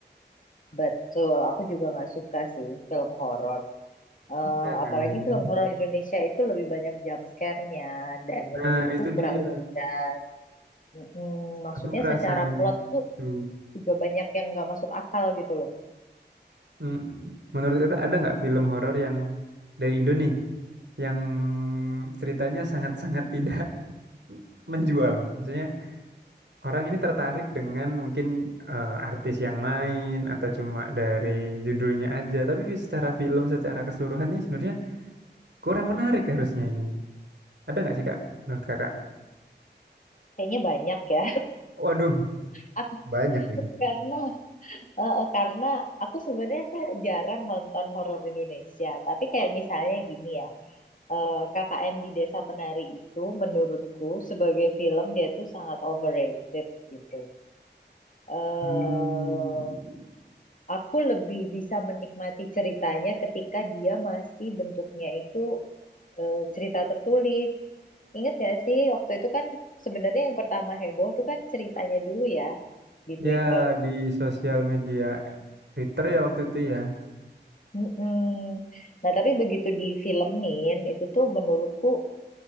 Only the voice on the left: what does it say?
Betul, aku juga nggak suka sih film horor. Eh,
apalagi film horor Indonesia itu lebih banyak jump scare-nya dan
menurutku
kurang
cerdas. Mm, maksudnya
secara plot tuh
juga banyak yang nggak masuk akal gitu loh.
Kayaknya banyak ya.
<laughs>
Karena Eh, eh, karena aku sebenarnya tuh jarang nonton horor Indonesia, tapi kayak misalnya gini ya, eh, KKN di Desa Penari itu menurutku sebagai film dia tuh sangat overrated gitu. eh
aku lebih bisa menikmati ceritanya ketika dia masih bentuknya itu eh, cerita tertulis. Ingat gak sih waktu itu kan sebenarnya yang pertama heboh tuh kan ceritanya dulu ya di Twitter.
Mm-mm. Nah, tapi begitu difilmin itu tuh menurutku